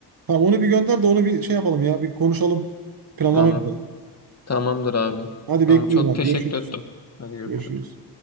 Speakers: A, on the right (about 55°); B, on the left (about 35°).
A: Tamam onu bir gönder de onu bir şey yapalım ya. Bir konuşalım. Planlama
B: Tamam.
A: yapalım.
B: Tamamdır abi.
A: Hadi
B: Tamam
A: bekliyorum
B: çok
A: abi.
B: teşekkür
A: Görüşürüz.
B: ettim. Hadi görüşürüz.
A: Görüşürüz.